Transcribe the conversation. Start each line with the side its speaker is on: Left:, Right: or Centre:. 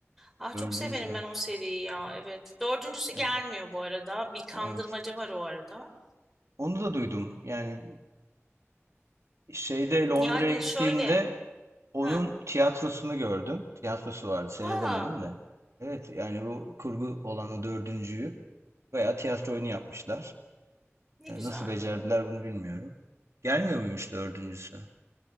Centre: Aa,
Right: dördüncü
Centre: çok severim
Right: de.
Centre: ben o seriyi ya. Evet. Dördüncüsü gelmiyor
Right: E,
Centre: bu arada. Bir kandırmaca
Right: evet.
Centre: var o arada.
Right: Onu da duydum. Yani şeyde Londra'ya
Centre: Ee, yani
Right: gittiğimde
Centre: şöyle.
Right: Onun
Centre: Ha.
Right: tiyatrosunu gördüm. Tiyatrosu vardı, seyredemedim
Centre: Aa,
Right: de. Evet, yani bu kurgu olan o dördüncüyü bayağı tiyatro oyunu yapmışlar.
Centre: ne
Right: E,
Centre: güzel.
Right: Nasıl becerdiler bunu bilmiyorum. Gelmiyor muymuş dördüncüsü?